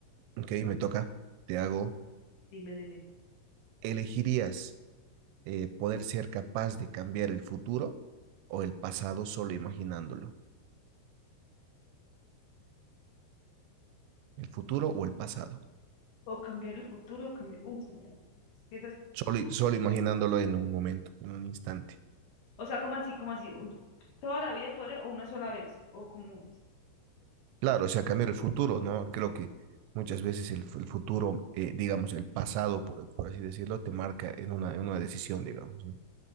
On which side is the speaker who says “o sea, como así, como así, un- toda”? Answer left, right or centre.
Left